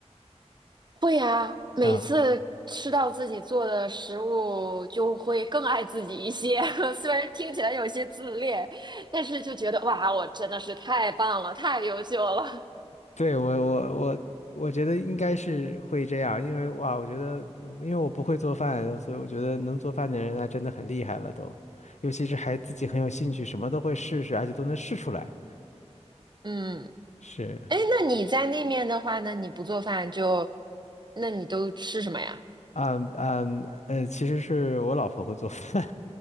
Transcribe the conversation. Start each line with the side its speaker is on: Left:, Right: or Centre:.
Right: 会啊，每次吃到自己做的食物，
Left: 啊。
Right: 就会更爱自己一些。<laughs> 虽然听起来有些自恋，但是就觉得哇，我真的是太棒了，太优秀了。
Left: 对，我我我我觉得应该是会这样，因为哇，我觉得因为我不会做饭，所以我觉得能做饭的人那真的很厉害了都，尤其是还自己很有兴趣，什么都会试试，而且都能试出来。
Right: <laughs> 嗯。
Left: 是，
Right: 哎，那你在那面的话呢，那你不做饭就，那你都吃什么呀？
Left: 嗯嗯呃，其实是我老婆会做饭，